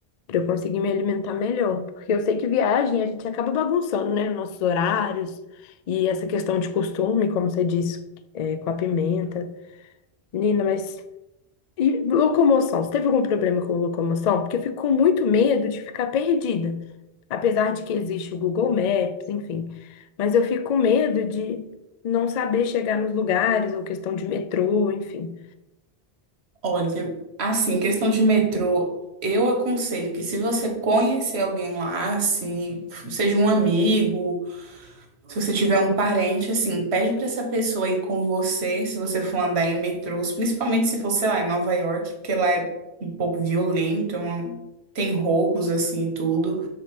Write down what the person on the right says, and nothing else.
Olha, assim, questão de metrô, eu aconselho que se você conhecer alguém lá, se seja um amigo, se você tiver um parente, assim, pede pra essa pessoa ir com você, se você for andar em metrôs, principalmente se for, sei lá, em Nova York, porque lá é um pouco violento, é uma- tem roubos, assim, e tudo.